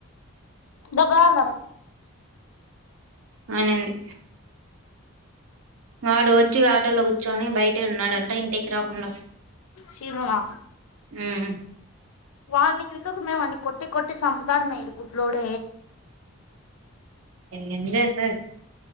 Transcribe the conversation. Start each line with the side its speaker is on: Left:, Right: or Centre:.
Left: బాబో అన్న
Right: అనింది వాడు వచ్చి ఆటోలో కూర్చొని బయట ఉన్నాడంట ఇం రాకుండా
Left: శీనునా
Right: మ్మ్
Left: వాణి ఎందుకుమే వాన్న కొట్టి కొట్టి సపుతాడ మే ఇ గుడ్లోడ
Right: ఎం చేసారు